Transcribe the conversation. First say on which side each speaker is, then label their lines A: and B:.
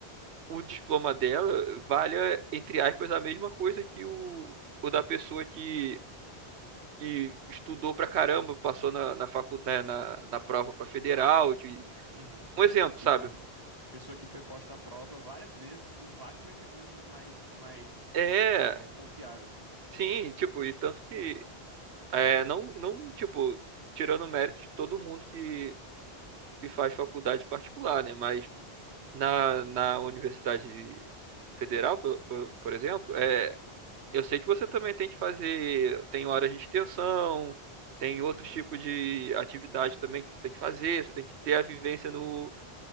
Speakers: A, on the right; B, on the right.
A: o diploma dela valha, entre aspas, a mesma coisa que o, o da pessoa que. que estudou pra caramba, passou na, na, facu, né, na, na prova pra federal, de,
B: Uhum.
A: um exemplo,
B: Que
A: sabe?
B: foi pessoa que foi posta à prova várias vezes por vários mecanismos mais mais
A: É,
B: é, confiáveis.
A: sim, tipo, e tanto que é, não, não, tipo, tirando o mérito de todo mundo que, que faz faculdade particular, né? Mas na, na Universidade Federal, por, por, por exemplo, é, eu sei que você também tem que fazer, tem horas de extensão, tem outros
B: Sim, sim.
A: tipos de atividade também que você tem que fazer, você tem que ter a vivência no,